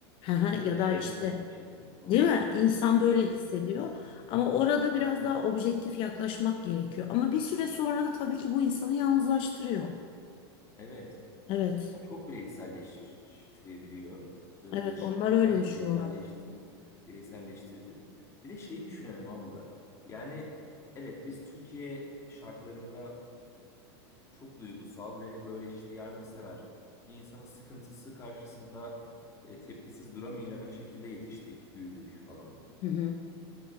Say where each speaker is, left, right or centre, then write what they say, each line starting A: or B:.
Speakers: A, on the left (about 40°); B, on the left (about 20°).
A: <laughs>
B: Evet
A: ya
B: onu
A: da
B: yaşıyorum
A: işte
B: gerçekten. Doğru.
A: Değil mi? İnsan böyle
B: Doğru.
A: hissediyor. Ama orada biraz daha objektif yaklaşmak gerekiyor. Ama bir süre sonra da tabii ki bu insanı yalnızlaştırıyor.
B: Evet.
A: Evet.
B: Ya Çok bireyselleştirebiliyor. Ee,
A: Evet,
B: şimdiden
A: onlar öyle
B: beni
A: Yani yaşıyorlar.
B: bireyselleşti. Bireyselleştirdi. Bir de şeyi düşünüyorum abla. Yani evet biz Türkiye şartlarında çok duygusal ve böyle işte yardımsever. Bir insanın sıkıntısı karşısında e, tepkisiz duramayacak şekilde yetiştik, büyüdük falan.
A: Hı hı.